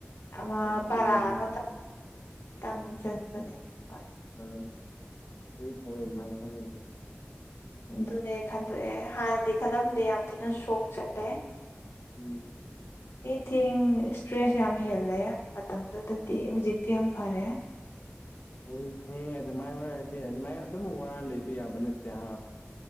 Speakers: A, on the left; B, on the left.
A: ꯑꯃ
B: ꯑꯦꯛꯁꯄꯤꯔꯤꯌꯦꯟꯁ
A: ꯄꯔꯥ ꯑꯃ ꯀꯝꯆꯟ
B: ꯎꯝ
A: ꯃꯅꯦ ꯍ
B: ꯑꯥ ꯑꯩ ꯊꯔ ꯃꯥꯥꯏ ꯊꯝ ꯂ
A: ꯑꯗꯨꯅꯦ ꯈꯟꯗꯣꯛꯑꯦ ꯍꯥꯟꯅꯗꯤ ꯈꯜꯂꯝꯗꯦ ꯌꯥꯝ ꯊꯤꯅ ꯁꯣꯛ ꯆꯠꯂꯦ
B: ꯎꯝ
A: ꯑꯦꯅꯤꯊꯤꯡ ꯏꯁꯇ꯭ꯔꯦꯁ ꯌꯥꯝ ꯍꯦꯜꯂꯦ ꯃꯇꯝꯗꯨꯗꯗꯤ ꯍꯧꯖꯤꯛꯇꯤ ꯌꯥꯝ ꯐꯔꯦ
B: ꯑꯩ ꯐꯩꯦ ꯑꯗꯨꯃꯥꯏ ꯑꯣꯏꯔꯗꯤ ꯑꯗꯨꯃꯥꯏ ꯑꯗꯨꯝ ꯋꯥꯔ ꯂꯩꯕ ꯌꯥꯕ ꯅꯠꯇꯦ ꯑ